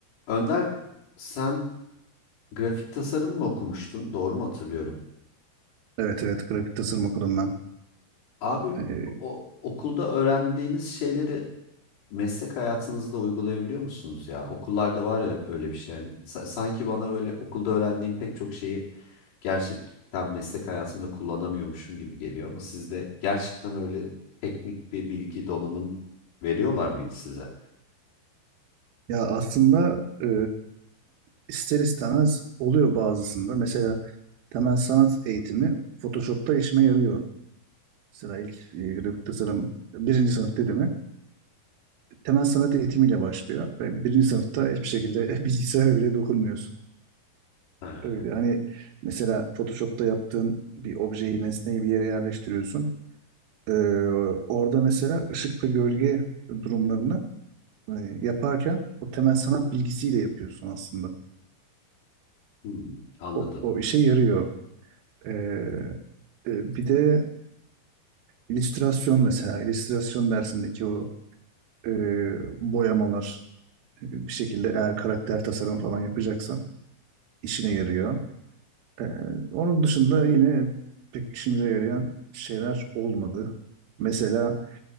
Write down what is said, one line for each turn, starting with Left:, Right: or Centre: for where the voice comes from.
Left: Önder sen grafik tasarım mı okumuştun? Doğru mu hatırlıyorum?
Right: Evet evet grafik tasarım okudum ben.
Left: Abi
Right: Ee,
Left: o, okulda öğrendiğiniz şeyleri meslek hayatınızda uygulayabiliyor musunuz ya? Okullarda var ya öyle bir şey yani. Sa- sanki bana böyle okulda öğrendiğim pek çok şeyi gerçekten meslek hayatımda kullanamıyormuşum gibi geliyor ama sizde gerçekten öyle teknik bir bilgi donanım veriyorlar mıydı size?
Right: ya aslında e, ister istemez oluyor bazısında. Mesela temel sanat eğitimi Photoshop'ta işime yarıyor. Mesela ilk e, grafik tasarım birinci sınıf dediğimi temel sanat eğitimiyle başlıyor. Ve birinci sınıfta hiçbir şekilde <laughs> bilgisayara bile dokunmuyorsun.
Left: Ha.
Right: Öyle hani mesela Photoshop'ta yaptığın bir objeyi, nesneyi bir yere yerleştiriyorsun. Ee, orada mesela ışık ve gölge durumlarını e, yaparken o temel sanat bilgisiyle yapıyorsun aslında.
Left: Hmm, anladım.
Right: O, o işe yarıyor. Ee, e, bir de illüstrasyon mesela. illüstrasyon dersindeki o e, boyamalar e, bir şekilde eğer karakter tasarımı falan yapacaksan işine yarıyor. Ee, onun dışında yine pek işimize yarayan şeyler olmadı. Mesela